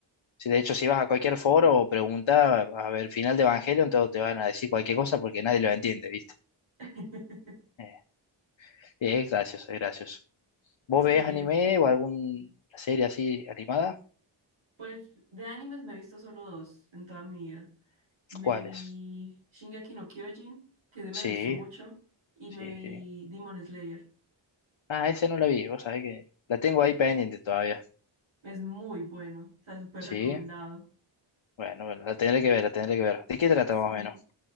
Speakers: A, on the left; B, on the right.
A: si de hecho si vas a cualquier foro o pregunta a ver final de Evangelion, todos te van a decir cualquier cosa porque nadie lo entiende, ¿viste?
B: <laughs>
A: Eh, es gracioso, es gracioso. ¿Vos
B: Sí,
A: ves anime
B: es.
A: o alguna serie así animada?
B: Pues de animes me he visto solo dos en toda mi vida. Me
A: ¿Cuáles?
B: vi Shingeki no Kyojin, que ese
A: Sí,
B: me gustó mucho, y
A: sí,
B: me vi
A: sí.
B: Demon Slayer.
A: Ah, ese no lo vi, vos sabés que la tengo ahí pendiente todavía.
B: Es muy bueno, o sea, súper
A: Sí,
B: recomendado.
A: bueno, bueno, la tendré que ver, la tendré que ver. ¿De qué trata
B: Sí.
A: más o menos?